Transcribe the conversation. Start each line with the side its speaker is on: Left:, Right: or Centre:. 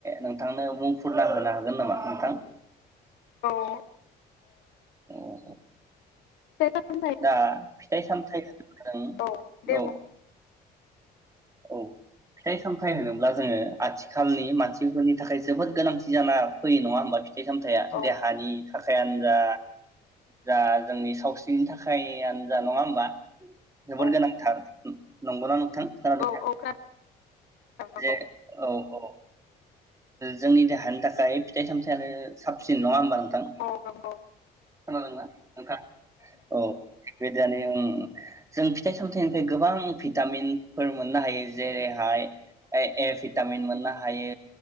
Right: नोंथांनो बुंफुरना होनो हागोन नामा नोंथां?
Left: औ ओ
Right: औ औ
Left: सामथाइ
Right: दा फिथाइ सामथाइ होदों
Left: औ दे
Right: औ
Left: बुं
Right: औ फिथाइ सामथाइ होनोब्ला जोङो आथिखालनि मानसिफोरनि थाखाय जोबोद गोनांथि जाना फैयो नङा होमबा? फिथाइ सामथाइया
Left: औ
Right: देहानि थाखायानो जा जा जोंनि सावस्रिनि थाखाय आनो जा नङा होमबा जोबोद
Left: औ
Right: गोनांथार नंगौना नोंथां? खोनादोंना
Left: औ औ खोनादों। नंगौ
Right: जे औ ओ जोंनि देहानि थाखाय फिथाइ सामथाइयानो साबसिन नङा होमबा नों थां खोनादोंना
Left: औ नंगौ
Right: नोंथां? औ बेदानो ओं जों फिथाइ सामथाइनिफ्राय गोबां भिटामिनफोर मोननो हायो जेरैहाय ए ए भिटामिन मोननो हायो।